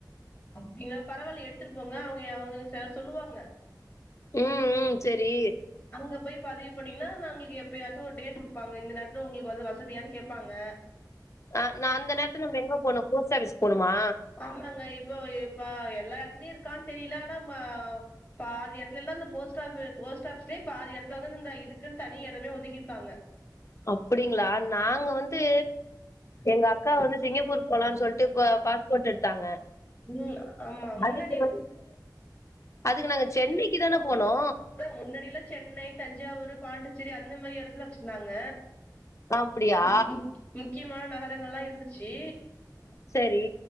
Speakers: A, on the left; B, on the left.
A: அப்டியா பரவால்ல எடுத்துட்டு போங்க அவுங்க அவுங்க செ சொல்லுவாங்க
B: ம் ம் செரி
A: அங்க போய் பதிவு பண்ணிங்னா நா உங்களுக்கு எப்பயாச்சு ஒரு டேட் குடுப்பாங்க இந்த நேர்த்துல உங்களுக்கு வந்து வசதியான் கேப்பாங்க
B: ஆ நா அந்த நேரத்துல நம்ம எங்க போணு போஸ்ட் ஆஃபீஸ் போணுமா
A: ஆமாங்க இப்போ இப்ப எல்லா எடத்துலியு இருக்கான் தெரில ஆனா ம பாதி எட்துலேல்லா இந்த போஸ்ட் ஆஃபு போஸ்ட் ஆஃபீ ஸ்ல பாதி எடத்துல தான இந்த இதுக்குன் தனி எடமே ஒதுக்கிருக்காங்க
B: அப்டிங்ளா நாங்க வந்து எங்க அக்கா வந்து சிங்கப்பூரு போலான் சொல்ட்டு இப்ப பாஸ்போர்ட் எடுத்தாங்க
A: ம் ஆம்மா முன்னாடி
B: அதுக்கு
A: இருந்
B: வ அதுக்கு நாங்க சென்னைக்கு தான போனோ
A: முன்னாடியெல்லா சென்னை தஞ்சாவூரு பாண்டிச்சேரி அந்த மாதிரி எடத்துல வச்சிருந்தாங்க
B: அப்படியா?
A: ம் ம் முக்கியமான நகரங்கள்லா இருந்துச்சு
B: செரி